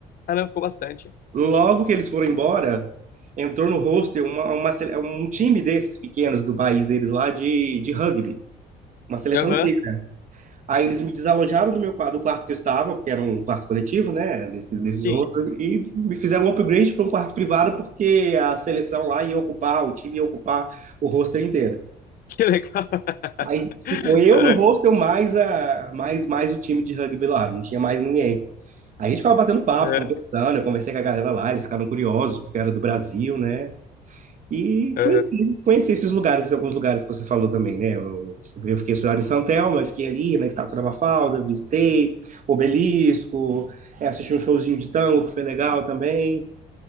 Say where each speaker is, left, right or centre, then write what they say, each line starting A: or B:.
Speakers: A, on the left; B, on the right.
A: Ah, não, ficou bastante.
B: Logo que eles foram embora, entrou no hostel uma, uma sele- um time desses pequenos do país deles lá de, de rugby, uma seleção
A: Aham,
B: inteira. Aí eles me desalojaram do meu quarto, do quarto que eu estava, porque era um quarto coletivo, né, desses, desses
A: sim.
B: rostos,
A: <laughs>
B: e me fizeram um upgrade para um quarto privado, porque a seleção lá ia ocupar, o time ia ocupar o roster inteiro.
A: Que legal.
B: Aí
A: <laughs>
B: ficou eu
A: É,
B: no hostel, mais, a, mais, mais o time de rugby lá, não tinha mais ninguém. Aí a gente ficava batendo papo,
A: é,
B: conversando, eu conversei com a galera lá, eles ficaram curiosos, porque era do Brasil, né? E
A: é.
B: conheci, conheci esses lugares, esses alguns lugares que você falou também, né? Eu, eu fiquei estudando em São Telmo, eu fiquei ali na Estátua da Mafalda, visitei Obelisco, é, assisti um showzinho de tango, que foi legal também,